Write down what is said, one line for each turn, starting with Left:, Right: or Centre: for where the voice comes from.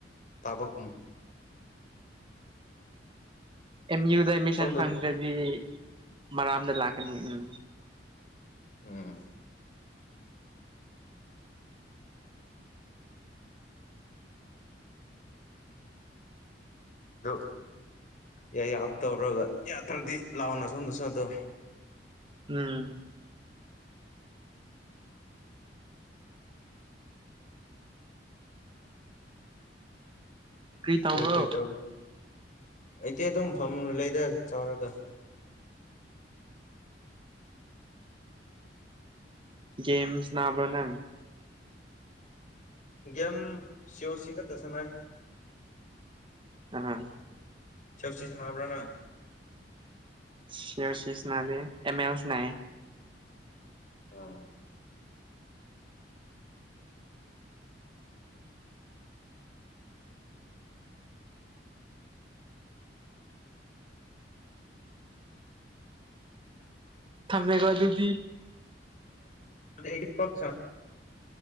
Left: ꯇꯥꯕ ꯀꯨꯝ
Right: ꯑꯦꯝ ꯌꯨꯗ ꯑꯦꯗꯃꯤꯁꯟ
Left: ꯁꯣꯝꯗꯗꯤ
Right: ꯐꯪ꯭ꯔꯗꯤ ꯃꯔꯝꯗ ꯂꯥꯛꯀꯅꯤ ꯎꯝ
Left: ꯎꯝ ꯑꯗꯨ ꯌꯥꯏ ꯌꯥꯕ ꯇꯧꯔꯒ ꯌꯥꯊ꯭ꯔꯗꯤ ꯂꯥꯛꯑꯣꯅ ꯁꯣꯝꯗꯁꯨꯗ ꯑꯗꯨ
Right: ꯎꯝ ꯀ ꯇꯥꯎꯕꯣ
Left: ꯀꯔꯤ ꯀꯔꯤ ꯇꯧꯔꯤ ꯑꯩꯗꯤ ꯑꯗꯨꯝ ꯐꯝꯅ ꯂꯩꯗ ꯆꯥꯎꯔꯒ
Right: ꯒꯝꯁ ꯅꯅꯥꯕ ꯅꯪ
Left: ꯒꯦꯝ ꯁꯤꯑꯣꯣꯁꯤ ꯈꯛꯇ ꯁꯅꯥꯏ
Right: ꯎꯝ
Left: ꯁꯁꯤ ꯁꯥꯟꯅꯕ꯭ꯔ ꯅꯪ
Right: ꯁꯦꯌꯔꯁꯤꯁ ꯅꯗ ꯑꯦꯦꯝ ꯑꯦꯜꯁ ꯅ
Left: ꯑꯝ
Right: ꯊꯃꯦ ꯀꯗꯗꯤ
Left: ꯑꯦꯗꯤ ꯄꯠ